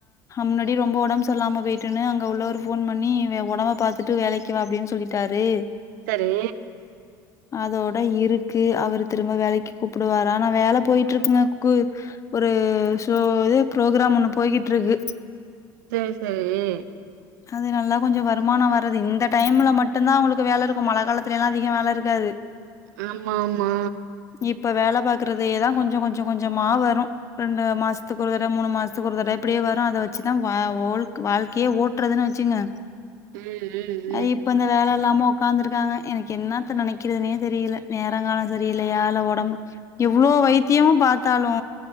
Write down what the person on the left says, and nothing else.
முன்னாடி ரொம்ப உடம்புசேறில்லாம போயிட்டுன்னு அங்க உள்ளவரு போன் பண்ணி உடம்ப பாத்துட்டு வேலைக்கு வா அப்டின்னு சொல்லிட்டாரு
அதோட இருக்கு அவரு திரும்ப வேலைக்கு கூப்பிடுவரு ஆனா வேல போயிட்டு இருக்குங்க கு ஒரு ஷோ இது ப்ரோக்ராம் ஒண்ணு போகிட்டுருக்கு
அது நல்லா கொஞ்சோ வருமானோ வர்து இந்த டைம்ல மட்டும்தா அவுங்களுக்கு வேல இருக்கோ மழ காலத்துலலா அதிகோ வேல இருக்காது
இப்ப வேல பாக்கறதேதா கொஞ்சோ கொஞ்சோ கொஞ்சோமா வரோ ரெண்டு மாசத்துக்கு ஒரு தட மூணு மாசத்துக்கு ஒரு தட இப்படியே வரோ அத வெச்சுதா ஓக் வாழ்க்கையே ஓடு விட்றதுன்னு வெச்சுகுங்க
அது இப்ப இந்த வேல இல்லாம ஒக்காந்துருக்காங்க எனக்கு என்னத்த நெனைக்கிறதுனே தெரியுல நேரங்காலோ சரியில்லலையா இல்ல ஒடம்பு இவ்வளோ வைத்தியமு பார்த்தாலோ